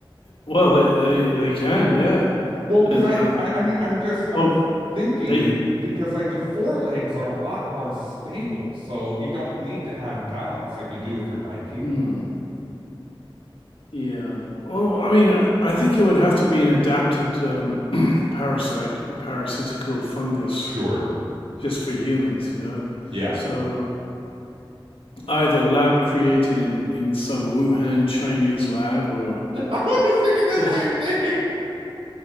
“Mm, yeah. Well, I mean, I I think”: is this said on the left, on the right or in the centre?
Left